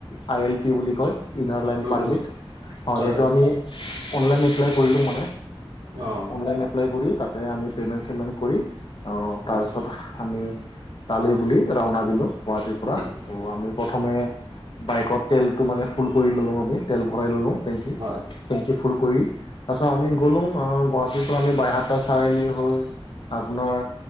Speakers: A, on the left (about 55°); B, on the right (about 50°).
A: আই এল পি বুলি কয় ইনাৰ লাইন
B: উম
A: পাৰ্মিট
B: উম।
A: অ
B: হয়
A: সেইটো
B: বাৰু
A: আমি অনলাইন এপ্লাই কৰিলো মানে।
B: অঁ
A: অনলাইন এপ্লাই কৰি তাতে আমি পেমেণ্ট চিমেণ্ট কৰি অ', তাৰপিছত
B: আচ্ছা
A: আমি তালে বুলি ৰাওনা দিলো গুৱাহাটীৰ পৰা
B: ঠিক
A: ত' আমি প্ৰথমে বাইকত তেলটো মানে ফুল কৰি ললো আমি তেল ভৰাই ললো- টেংকিত
B: হয়
A: টেংকি ফুল কৰি তাৰ পিছত আমি গ'লো গুৱাহাটীৰ পৰা আমি বাইহাটা চাৰিআলি হৈ আপোনাৰ